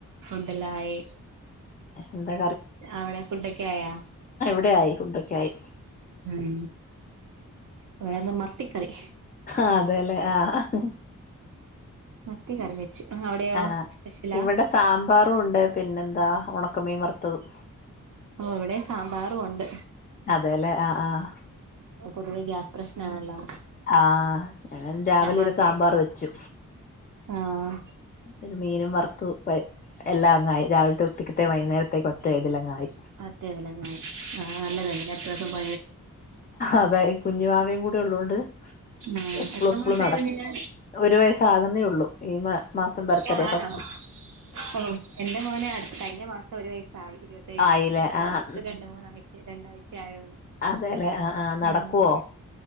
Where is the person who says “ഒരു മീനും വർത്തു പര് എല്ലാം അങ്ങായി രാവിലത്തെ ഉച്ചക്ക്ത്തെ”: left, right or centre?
Left